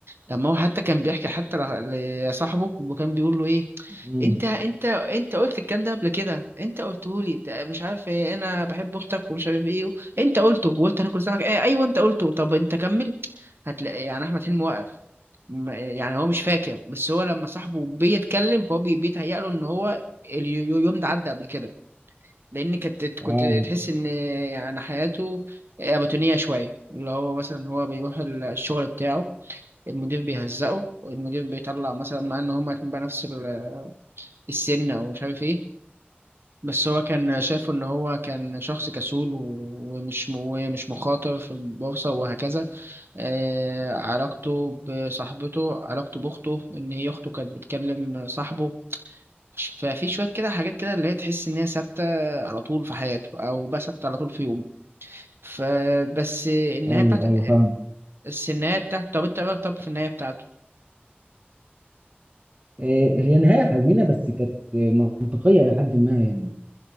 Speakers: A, on the right; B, on the right.
A: لما هو حتى كان بيحكي حتى ل- لصاحبه وكان بيقول له ايه
B: امم
A: انت انت انت قلت الكلام ده قبل كده انت قلته لي ده مش عارف ايه انا بحب اختك ومش عارف ايه انت قلته وقلت هناكل سمك ايه ايوه انت قلته طب انت كمل هتلاقي يعني احمد حلمي واقف م- يعني هو مش فاكر بس هو لما صاحبه بيتكلم فهو بي- بيتهيأ له ان هو اليوم ده عدى قبل كده لان كنت كنت
B: اه
A: تحس ان يعني حياته روتينية شوية اللي هو مثلا هو بيروح الشغل بتاعه المدير بيهزقه والمدير بيطلع مثلا مع ان هما الاتنين بقى نفس ال- السن او مش عارف ايه بس هو كان شايفه ان هو كان شخص كسول و- ومش ومش مخاطر في البورصة وهكذا آه علاقته بصاحبته علاقته باخته ان هي اخته كانت بتكلم صاحبه ففي شوية كده حاجات كده اللي هي تحس ان هي ثابتة على طول في حياته او بقى ثابتة على طول في يومه فبس النهاية
B: ايوه
A: بتاعت
B: ايوه فاهم
A: بس النهاية بتاعت طب انت بقى طب في النهاية بتاعته
B: إيه هي نهايه حزينه بس كانت منطقيه الى حد ما يعني